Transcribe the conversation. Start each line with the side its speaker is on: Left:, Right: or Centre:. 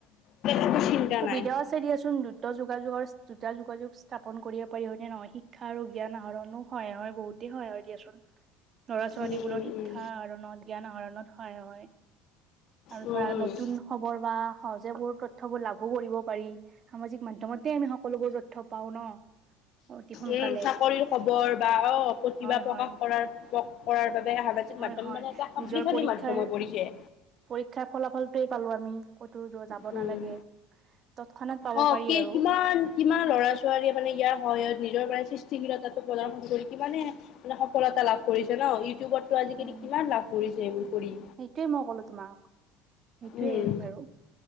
Left: একো চিন্তা
Right: সুবিধাও
Left: নাই।
Right: আছে দিয়াচোন। দুত যোগাযোগৰ দুটা যোগাযোগ স্থাপন কৰিব পাৰি হয়নে নহয় শিক্ষা আৰু জ্ঞান আহৰণো হয়হ বহুত। সহায় হয় দিয়াচোন ল'ৰা ছোৱালীবোৰত
Left: উম
Right: শিক্ষা
Left: উম
Right: আহৰণত জ্ঞান আহৰণত সহায় হয়। আৰু
Left: উম
Right: ধৰা নতুন
Left: উম।
Right: খবৰ বা সহজ বোৰ তথ্যবোৰ লাভ কৰিব পাৰি সামাজিক মাধ্যমতে আমি সকলোবোৰ যথ পাওঁ ন অতি সোনকালে
Left: উম চাকৰিৰ খবৰ বা অ প্ৰতিভা
Right: হয়
Left: প্ৰকাশ
Right: হয়
Left: কৰাৰ কৰাৰ বাবেহ।
Right: হয়
Left: মাধম
Right: হয়
Left: মানেটা শক্তিশালী
Right: নিজৰ পৰীক্ষাৰ
Left: মাধ্যম হৈ পৰিছে।
Right: পৰীক্ষাৰ ফলাফলটোৱেই পালো আমি ক'তো যাব
Left: উম,
Right: নালাগে। তৎক্ষণাত পাব
Left: অ
Right: পাৰি
Left: কি
Right: আৰু
Left: কিমান কিমান লৰা ছোৱালীয়ে মানে ইয়াৰ সহত। নিজৰ মানে সৃষ্টিশীলতাটো প্ৰদৰ্শন কৰি কিমানে মানে সফলতা লাভ কৰিছে ন ইউটিউবত টো আজিকালি
Right: উম
Left: কিমান লাভ কৰিছে এইবোৰ কৰি।
Right: সেইটোৱে মই ক'লো তোমাক সেইটোৱে
Left: উম,
Right: বাৰু।